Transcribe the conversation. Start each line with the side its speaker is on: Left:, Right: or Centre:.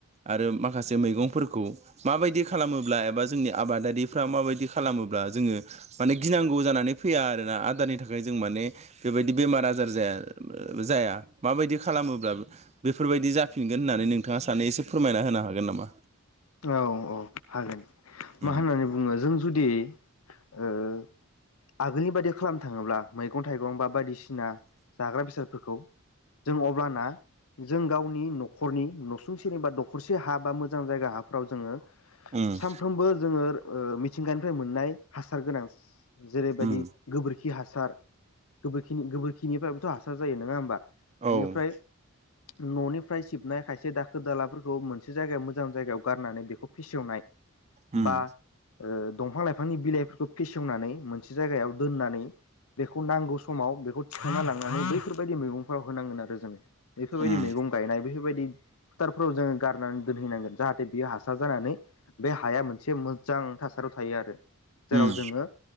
Right: आरो माखासे मैगंफोरखौ माबायदि खालामोब्ला एबा जोंनि आबादारिफ्रा माबायदि खालामोब्ला जोङो माने गिनांगौ जाना नै फैया आरोना आदारनि थाखाय जों माने बेबायदि बेमार आजार जाया जाया माबायदि खालामोब्ला बेफोरबायदि जाफिनगोन होननानै नोंथाङा सानो एसे फोरमायना होनो हागोन नामा?
Left: औ औ हागोन
Right: उम
Left: मा होननानै जों जुदि ओ आगोलनि बायदि खालामनो थाङोब्ला मैगं थाइगं बा बायदिसिना जाग्रा बेसादफोरखौ जों अब्लाना जों गावनि न'खरनि न'सुंसेनि बा दखरसे हा बा मोजां जायगा हाफ्राव जोङो
Right: उम
Left: सानफ्रोमबो जोङो मिथिंगानिफ्राय मोननाय हासार गोनां जेरैबायदि
Right: उम
Left: गोबोरखि हासार गोबोरखि गोबोरखिनिफ्रायबोथ' हासार जायो नङा होमबा?
Right: औ
Left: बेनिफ्राय
Right: उम
Left: न'निफ्राय सिबनाय खायसे दाखोर दालाफोरखौ मोनसे जायगायाव मोजां जायगायाव गारनानै बेखौ फेसेवनाय
Right: उम
Left: बा दंफां लाइफांनि बिलाइफोरखौ फेसेवनानै मोनसे जायगायाव दोननानै बेखौ नांगौ सम समाव बेखौ थिा लांनानै बैफोरबायदि मैगंफोराव होनांगोन आरो जोो बैफोरबायदि
Right: उम
Left: मैगं गायनाय बेफोरबायदि फोथारफोराव जोङो गारनानै दोनहैनांगोन जाहाथे बियो हासार जानानै बे हाया मोनसे मोजां थासारियाव थायो आरो जेराव
Right: उम
Left: जोङो